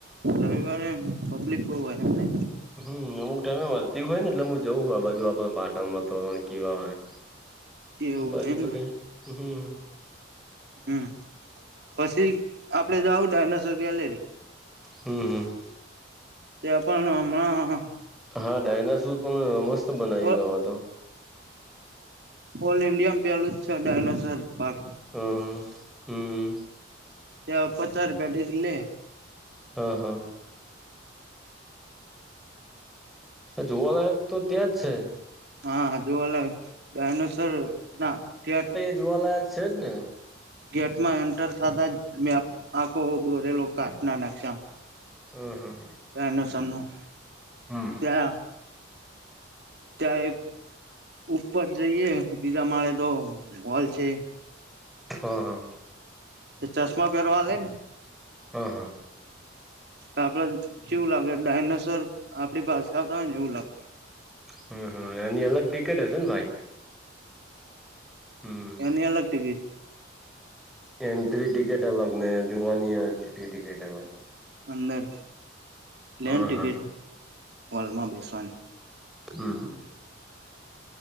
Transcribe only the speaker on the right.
રવિવારે એમ પબ્લિક બહુ હોય એમને.
એવું
હોય એમને
હામ પછી આપડે જાઉં ડાયનોસોર ગેલેરી.
ત્યાં પણ હમણાં
ઓ
ઓલ ઇન્ડિયામાં પહેલું જ છે ડાયનોસોર પાર્ક.
તે પચર રૂપિયાટ ડેલી લે.
હા જોવા લાયક ડાયનોસર ના ગેટ
ગેટમાં એન્ટર થતા જ મેપ આંખો દોરેલો કાચના નકસામ.
બનોસન નું
ત્યાં ત્યાં એક ઉપર જઈએ બીજા માળે તો હોલ છે.
તે ચશ્મા પહેરવા લે ને
આપડે જેવું લાગે ડાયનાસોર આપડી પાસે આવતા હોય ને એવું લાગે.
એ ની અલગ ટિકિટ.
અંદર પ્લેન
ટિકિટ
વાલમાં બેસવાની